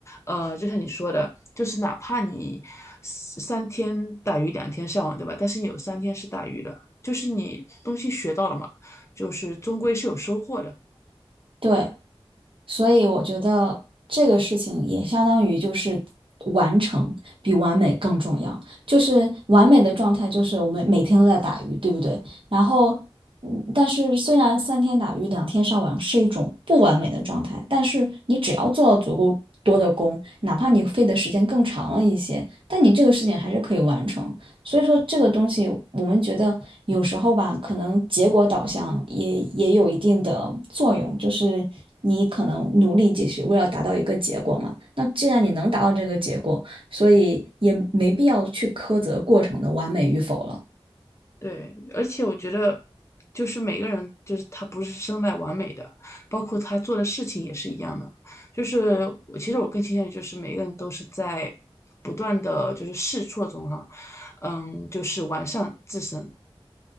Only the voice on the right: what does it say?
对，所以我觉得这个事情也相当于就是完成比完美更重要。就是完美的状态，就是我们每天都在打鱼，对不对？然后，嗯，但是虽然三天打鱼两天上网是一种不完美的状态，但是你只要做了足够多的工，哪怕你费的时间更长了一些，但你这个事情还是可以完成。所以说这个东西，我们觉得有时候吧，可能结果导向也也有一定的作用，就是你可能努力继续，为了达到一个结果嘛。那既然你能达到这个结果，所以也没必要去苛责过程的完美与否了。